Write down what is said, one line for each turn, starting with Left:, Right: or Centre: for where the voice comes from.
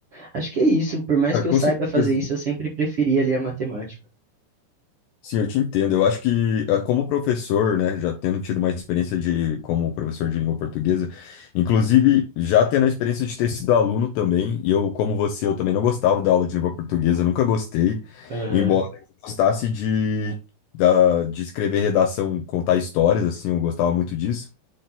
Right: acho que é isso. Por mais
Left: Cara,
Right: que eu
Left: com
Right: saiba
Left: certeza.
Right: fazer isso, eu sempre preferi ali a matemática.
Left: Sim, eu te entendo. Eu acho que, ah, como professor, né, já tendo tido uma experiência de como professor de língua portuguesa, inclusive já tendo a experiência de ter sido aluno também, e eu, como você, eu também não gostava da aula de língua portuguesa, nunca gostei,
Right: Aham.
Left: embora eu gostasse de, da, de escrever redação, contar histórias, assim, eu gostava muito disso.